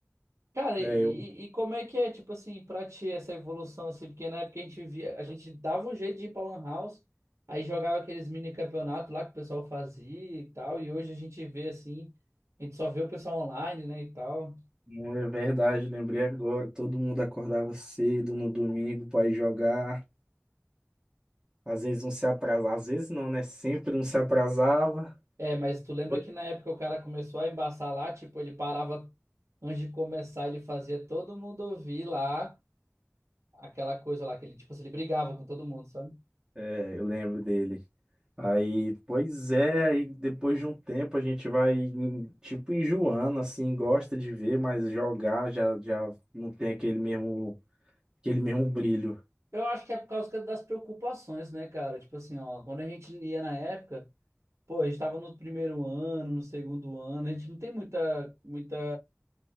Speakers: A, on the right (about 65°); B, on the right (about 15°).
A: Cara,
B: é,
A: e, e como é que é, tipo assim, pra ti essa evolução assim? Porque na época a gente via a gente dava um jeito de ir pra Lan House, aí jogava aqueles mini campeonatos lá que o pessoal fazia e tal, e hoje a gente vê assim, a gente só vê o pessoal online, né, e tal.
B: Não É verdade, lembrei agora. Todo mundo acordava cedo no domingo para ir jogar. Às vezes não se atrasava, às vezes não, né? Sempre não se atrasava.
A: É, mas tu lembra
B: Pois.
A: que na época o cara começou a embaçar lá, tipo, ele parava antes de começar, ele fazia todo mundo ouvir lá aquela coisa lá, que ele, tipo assim, ele brigava com todo mundo, sabe?
B: É, eu lembro dele. Aí, pois é, aí depois de um tempo a gente vai, em- tipo, enjoando, assim, gosta de ver, mas jogar já, já não tem aquele mesmo, aquele mesmo brilho.
A: Eu acho que é por causa das preocupações, né, cara? Tipo assim, ó, quando a gente ia na época, pô, a gente tava no primeiro ano, no segundo ano, a gente não tem muita, muita,